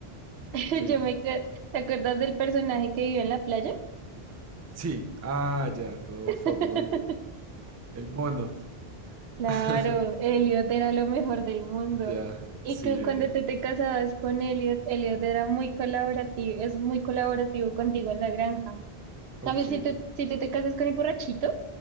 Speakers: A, on the right; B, on the right.
A: <laughs>
B: ¿Qué-
A: yo
B: qué?
A: me... ca- ¿Te acuerdas del personaje que vivió en la playa?
B: Sí. Ah, ya, todo
A: <laughs>
B: fuckboy. El mono.
A: Claro,
B: <laughs>
A: Elliot era lo mejor del mundo.
B: Ya,
A: Y
B: sí,
A: que
B: Elliot.
A: cuando tú te casabas con Elliot, Elliot era muy colaborativo, es muy colaborativo
B: Sí.
A: contigo en la granja.
B: Ok,
A: También si tú, si tú te casas con el borrachito,